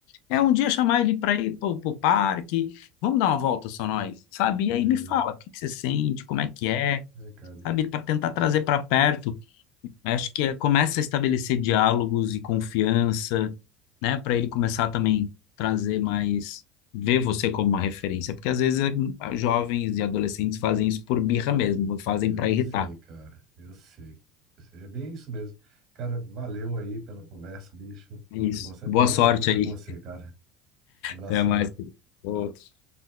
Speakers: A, on the left; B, on the right.
A: é um dia chamar ele para ir pro, pro parque, vamos dar uma volta só nós, sabe? E
B: Beleza.
A: aí me fala, o que que você sente, como é que é,
B: É, cara.
A: sabe? Para tentar trazer para perto. Acho que é, começa a estabelecer diálogos e confiança, né? Para ele começar também trazer mais, ver você como uma referência, porque às vezes eh, jovens e adolescentes fazem isso por birra mesmo, fazem
B: Eu
A: para
B: sei,
A: irritar.
B: cara. Eu sei. Eu sei. É bem isso mesmo. Cara, valeu aí pela conversa, bicho. Muito
A: É isso.
B: bom. Sempre
A: Boa
B: muito
A: sorte
B: bom conversar
A: aí.
B: com você, cara. Abração.
A: Até mais. querido. Outro.